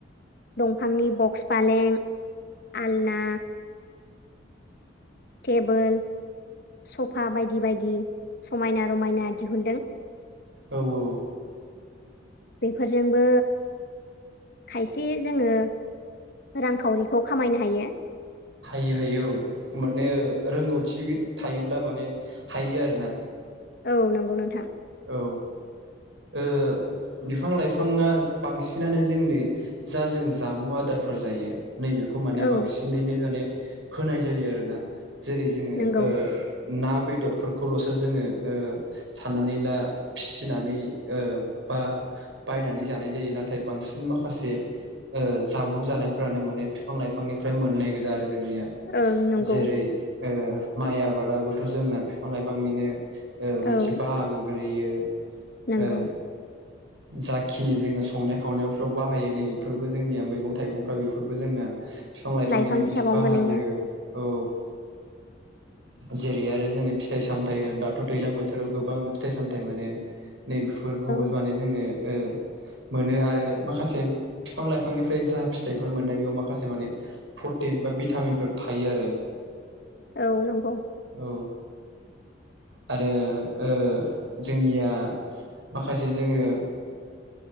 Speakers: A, on the left (about 55°); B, on the right (about 80°).
A: दंफांनि बक्स फालें आलना टेबोल सफा बायदि बायदि समायना रमायना दिहुनदों।
B: औ औ
A: बेफोरजोंबो खायसे जोङो रांखावरिखौ खामायनो हायो।
B: हायो हायो औ माने रोंगौथि थायोब्ला माने हायो आरोना।
A: औ नंगौ नोंथां।
B: औ ओ बिफां लाइफाङा बांसिनानो जोंनि जा जों जामु आदारफोर जायो नैबेखौ माने
A: औ
B: बांसिनैनो माने होनाय जायो आरोना जेरै जोङो
A: नंगौ
B: ओ ना बेदरफोरखौल'सो जोङो ओ साननानै ला फिनानै ओ बा बायनानै जानाय जायो नाथाय बांसिन माखासे ओ जामुं जानाय फ्रानो माने बिफां लाइफांनिफ्राय मोननाय गोजा आरो जोंनिया
A: ओं नंगौ
B: जेरै ओ माइ आबादाबोथ' जोंना फिफां लाइफांनिनो मोनसे
A: औ
B: बाहागो गोलैयो।
A: नंगौ
B: ओ जाखिनि जोङो संनाय खावनायफ्राव बाहायो नै बेफोरबो जोंनिया मैगं थाइगंफ्रा बेफोरबो जोंना बिफां लाइफांनिनो
A: लाइफां हिसाबावनो
B: मोनसे बाहागो
A: गोलैयो
B: औ। जेरै आरो जोङो फिथाइ सामथाइ होन दाथ' दैज्लां बोथोराव गोबां फिथाइ सामथाइ मोनो। नै बेफोरखौबो
A: औ
B: माने जोंङो ओ मोनो आरो माखासे फिफां लाइफांनिफ्राय जा फिथाइफोर मोननाय बेयाव माखासे माने प्रटिन बा भिटामिनफोर थायो आरो। <inaudible>
A: औ नंगौ।
B: औ आरो ओ जोंनिया माखासे जोङो <inaudible>